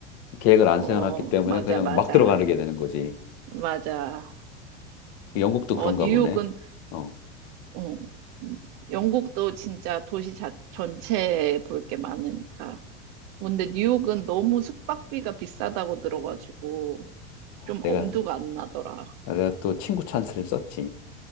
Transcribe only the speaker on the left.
계획을 안
세워놨기 때문에
그냥
막 들어가게 되는 거지.
영국도
그런가
보네. 어,
내가,
내가 또 친구 찬스를 썼지.